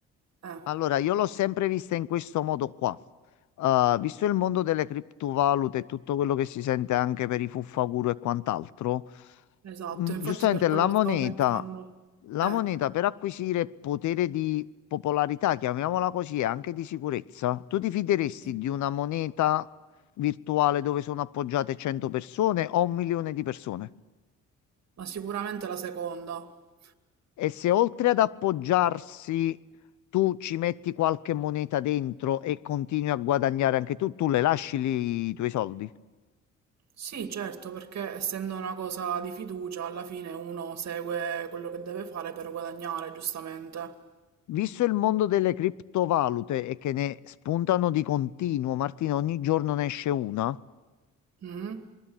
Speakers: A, on the right (about 60°); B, on the left (about 70°).
A: Eh,
B: Allora, io l'ho sempre vista in questo modo qua. Uh, visto il mondo delle criptovalute e tutto quello che si sente anche per i fuffaguru e quant'altro,
A: esatto,
B: mh,
A: infatti
B: giustamente
A: per quello
B: la moneta,
A: stavo pensando.
B: la
A: Eh,
B: moneta per acquisire potere di popolarità, chiamiamola così, e anche di sicurezza, tu ti fideresti
A: sì.
B: di una moneta virtuale dove sono appoggiate 100 persone o un milione di persone?
A: Ma sicuramente la seconda.
B: E se oltre ad appoggiarsi tu ci metti qualche moneta dentro e continui a guadagnare anche tu, tu le lasci lì i tuoi soldi.
A: Sì, certo, perché essendo una cosa di fiducia, alla fine uno segue quello che deve fare per guadagnare, giustamente.
B: Visto il mondo delle criptovalute e che ne spuntano di continuo, Martina, ogni giorno ne esce una,
A: Mhm.